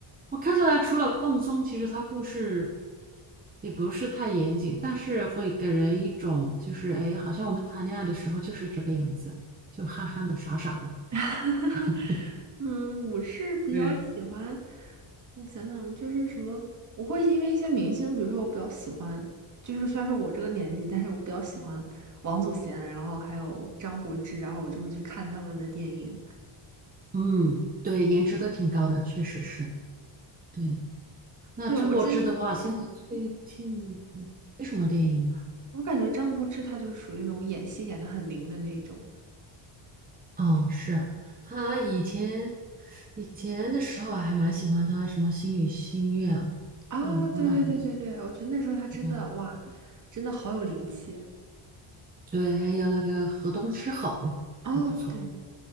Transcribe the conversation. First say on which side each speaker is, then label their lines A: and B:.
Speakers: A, on the right (about 15°); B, on the right (about 35°).
A: 我看下来除了放松，其实它故事也不是太严谨，但是会给人一种就是哎，好像我们谈恋爱的时候就是这个样子，就憨憨的、傻傻的。
B: <laughs>
A: <laughs>
B: 嗯，我是比较喜欢，
A: 对，
B: 我想想，就是什么，我会因为一些明星，比如说我比较喜欢，就是虽然说我这个年纪，但是我比较喜欢王祖贤，然后还有张柏芝，然后我就会去看他们的电影。
A: 嗯，对，颜值都挺高的，确实是。对，那郑柏芝的话，
B: 对，我是，
A: 现在最近没什么电影。吧？
B: 我感觉张柏芝她就是属于那种演戏演的很灵的那种。
A: 嗯，是他以前以前的时候啊还蛮喜欢他什么《星语心愿》，
B: 啊，
A: 像那种
B: 对对对对对，我觉得那时候她真的哇，
A: 啊，
B: 真的好有灵气。
A: 对，还有那个河东狮吼，
B: 哦，
A: 很不错。
B: 对